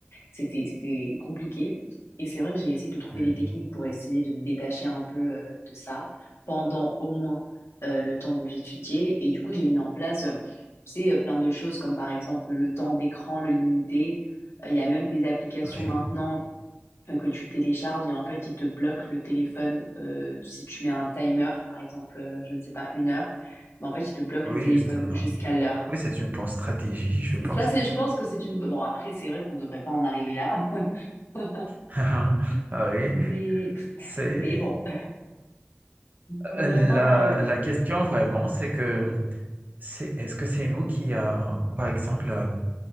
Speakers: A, on the left; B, on the right.
A: C'était, c'était compliqué. Et c'est vrai que j'ai essayé de trouver
B: Mhm.
A: des techniques pour essayer de me détacher un peu euh, de ça pendant au moins euh, le temps où j'étudiais. Et du coup, j'ai mis en place, euh, tu sais, euh, plein de choses comme par exemple le temps d'écran, le limiter. Euh, Il y a même des applications
B: Oui,
A: maintenant euh, que tu télécharges et en fait, ils te bloquent le téléphone euh, si tu mets un timer, par exemple, euh, je ne sais pas, une heure. Mais en fait, ils te bloquent
B: oui,
A: le téléphone
B: justement.
A: jusqu'à l'heure.
B: Oui, c'est une bonne stratégie, je pense.
A: Ça, c'est, je pense que c'est une... Bon, après, c'est vrai qu'on ne devrait pas en arriver là. <laughs>
B: <laughs> Ah
A: <laughs>
B: Oui,
A: Mais,
B: c'est
A: mais bon, <laughs> on ne
B: euh,
A: devrait
B: la,
A: pas en arriver là.
B: la question vraiment, c'est que c'est est-ce que c'est nous qui a, par exemple, euh,